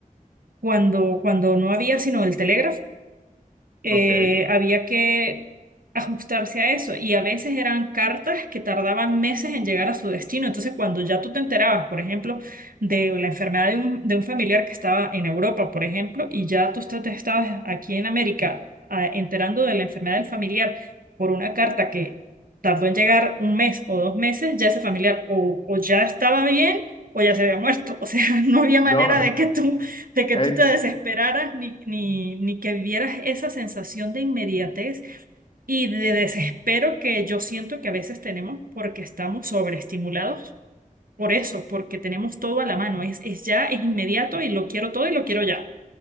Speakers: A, on the right; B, on the left.
A: cuando, cuando no había sino el telégrafo, eh,
B: ok.
A: había que ajustarse a eso y a veces eran cartas que tardaban meses en llegar a su destino. Entonces, cuando ya tú te enterabas, por ejemplo, de la enfermedad de un, de un familiar que estaba en Europa, por ejemplo, y ya tú está- te estabas aquí en América ah, enterando de la enfermedad del familiar por una carta que tardó en llegar un mes o dos meses, ya ese familiar o, o ya estaba bien o ya se había muerto. O sea, <laughs> no había manera
B: No,
A: de que tú
B: <laughs>
A: de que
B: en-
A: tú te desesperaras ni, ni, ni que vivieras esa sensación de inmediatez y de desespero que yo siento que a veces tenemos porque estamos sobreestimulados por eso, porque tenemos todo a la mano, es, es ya, es inmediato y lo quiero todo y lo quiero ya.